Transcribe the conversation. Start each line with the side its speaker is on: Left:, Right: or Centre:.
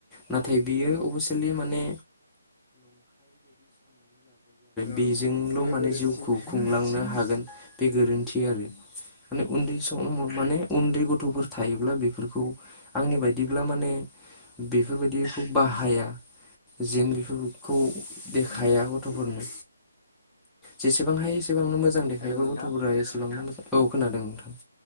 Centre: नाथाय बियो
Left: औ
Centre: अबिसिलि माने
Left: औ
Centre: बेजोंल'
Left: बे
Centre: माने
Left: गोरोन्थि
Centre: जिउखौ खुंलांनो हागोन। बे गोरोन्थि
Left: उम
Centre: आरो माने उन्दै समाव माने उन्दै गथ'फोर थायोब्ला बेफोरखौ आंनि बायदि ब्ला माने बेफोरबायदिखौ
Left: उम
Centre: बाहाया। जेन बेफोरखौ देखाया
Left: उम
Centre: गथ'फोरनो। जेसेबां हायो एसेबांनो मोजां देखायोबा
Left: हेल' नोंथां
Centre: गथ'फोरा एसेबांनो मोजां औ खोनादों नोंथां।